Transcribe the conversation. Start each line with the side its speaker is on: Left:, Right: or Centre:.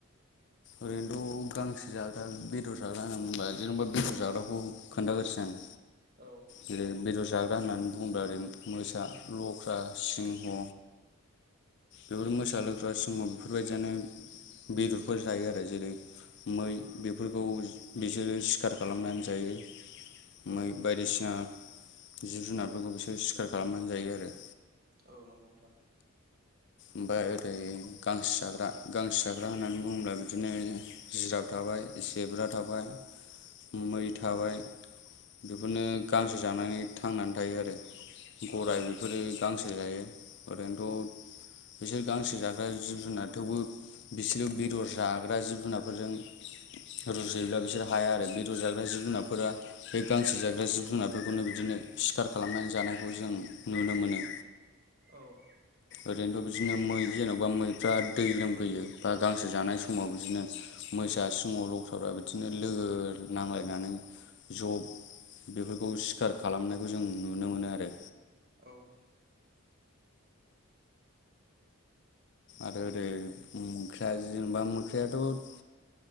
Left: ओरैनोथ' बे गांसो जाग्रा बेदर जाग्रा होनना बुंबा जेनेबा बेदर जाग्राखौ खोन्थाग्रोसै आं।
Right: नोंथाङा। औ
Left: जेरै बेदर जाग्रा होननानै बुङोब्ला ओरै मोसा, लख्रा, सिंह, बेफोर मोसा लोग्रा सिंह बेफोरबायदियानो बेदरफोर जायो आरो। जेरै मै बेफोरखौ बिसोरो सिखार खालामनानै जायो।
Right: औ
Left: मै बायदिसिना जिब जुनारफोरखौ बिसोरो सिखार खालामनानै जायो आरो।
Right: औ नंगौ नोंथां।
Left: ओमफाय ओरै गांसो जाग्रा गांसो जाग्रा होननानै बुङोब्ला बिदिनो जिराब थाबाय जेब्रा थाबाय मै थाबाय। बेफोरनो गांसो जानानै थांनानै थायो आरो।
Right: औ
Left: गराय बेफोरो गांसो जायो। ओरैनोथ' बिसोर गांसो जाग्रा जिब जुनार थेवबो बिसोरो बेदर जाग्रा जिब जुनारफोरजों रुजुयोब्ला बिसोर हाया आरो बेदर जाग्रा जिब जुनारफोरा बे गांसो जाग्रा जिब जुनारफोरखौनो बिदिनो सिखार खालामनानै जानायखौ जों नुनो मोनो।
Right: औ।
Left: ओरैनोथ बि दिनो मै। जेन'बा मैफ्रा दै लोमफैयो बा गांसो जानाय समाव बिदिनो मोसा सिङाव लख्रा फ्रा बिदिनो लोगो नांलायनानै ज' बेफोरखौ सिखार खालामनायखौ जों नुनो मोनो आरो।
Right: औ।
Left: आरो ओरै मोख्र जिनोबा मोख्रयाथ'